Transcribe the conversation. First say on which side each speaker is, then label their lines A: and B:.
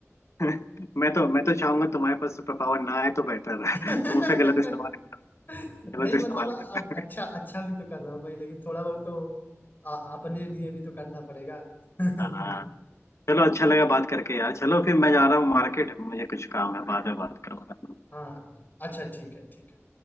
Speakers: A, on the left; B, on the left.
A: <laughs> मैं तो मैं तो चाहूंगा तुम्हारे पास सुपर पावर ना आए तो बेहतर है
B: <laughs>
A: <laughs> तुम उसका गलत इस्तेमाल
B: नहीं
A: गलत
B: मतलब
A: इस्तेमाल
B: अ-
A: करता है
B: अच्छा अच्छा भी तो कर रहा हूँ भाई लेकिन थोड़ा बहुत तो आ, अपने लिए भी तो करना पड़ेगा <laughs>
A: हाँ चलो अच्छा लगा बात करके यार चलो फिर मैं जा रहा हूँ मार्केट मुझे कुछ काम है बाद में बात करूंगा
B: हाँ अच्छा ठीक है ठीक है